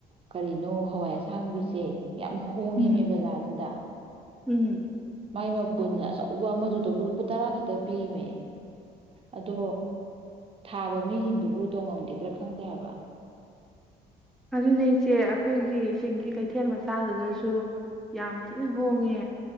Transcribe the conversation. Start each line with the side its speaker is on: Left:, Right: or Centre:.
Right: ꯀꯔꯤꯅꯣ ꯍꯋꯥꯏ ꯑꯁꯥꯡꯕꯤꯁꯦ ꯌꯥꯝ ꯍꯣꯡꯉꯤꯅꯦ
Centre: ꯎꯝ
Right: ꯕꯖꯥꯔꯁꯤꯗ
Centre: ꯎꯝ
Right: ꯃꯥꯏ ꯃꯄꯨꯟꯅ ꯑꯆꯧꯕ ꯑꯃꯗꯨꯗꯕꯨ ꯂꯨꯄꯥ ꯇꯔꯥ ꯈꯛꯇ ꯄꯤꯃꯦ ꯑꯗꯣ ꯊꯥꯕ ꯃꯤꯁꯤꯡꯗꯨꯕꯨ ꯇꯣꯡꯉꯝꯈꯤꯗ꯭ꯔꯥ ꯈꯪꯗꯦ ꯍꯥꯏꯕ
Centre: ꯑꯗꯨꯅꯦꯆꯦ ꯑꯩꯈꯣꯏꯒꯤ ꯁꯤꯡꯒꯤ ꯀꯩꯊꯦꯜ ꯃꯆꯥꯗꯨꯗꯁꯨ ꯌꯥꯝ ꯊꯤꯅ ꯍꯣꯡꯉꯦ